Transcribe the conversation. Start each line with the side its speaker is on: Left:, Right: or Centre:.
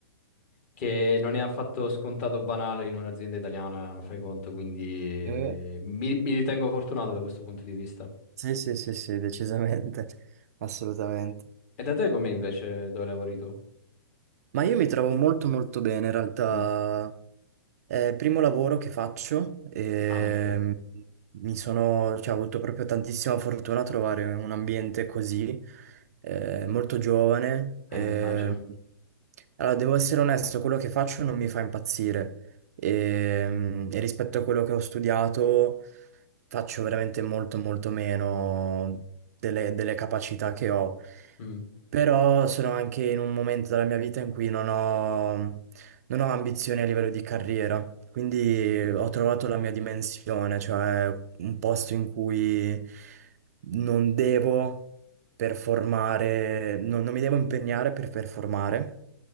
Left: che non è affatto scontato o banale in un'azienda italiana, fai conto, quindi eh,
Right: Eh,
Left: mi, mi ritengo fortunato da questo punto di vista.
Right: sì, sì, sì, sì, decisamente, <laughs> assolutamente.
Left: E da te com'è invece dove lavori tu?
Right: Ma io mi trovo molto molto bene in realtà
Left: Mm.
Right: È il primo lavoro che faccio e
Left: Ah, ok,
Right: mi sono, cioè, ho avuto proprio tantissima fortuna a trovare un ambiente così, eh, molto giovane. eh.
Left: eh, immagino.
Right: Allora, devo essere onesto, quello che faccio non mi fa impazzire e, e rispetto a quello che ho studiato faccio veramente molto molto meno delle delle capacità che ho.
Left: Mm,
Right: Però sono anche in un momento della mia vita in cui non ho, non ho ambizioni a livello di carriera, quindi
Left: mm.
Right: ho trovato
Left: Chiaro.
Right: la mia dimensione, cioè un posto in cui non devo performare, non, non mi devo impegnare per performare